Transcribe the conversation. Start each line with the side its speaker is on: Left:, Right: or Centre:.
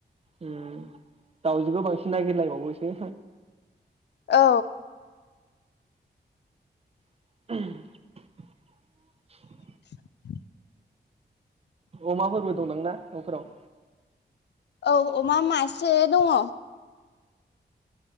Right: उम <unintelligible> दाउजोखौ बांसिन नागिरलायबावोसो
Left: औ
Right: <inaudible>
Left: <inaudible>
Right: अमाफोरबो दं दांना न'फोराव
Left: औ अमा मासे दङ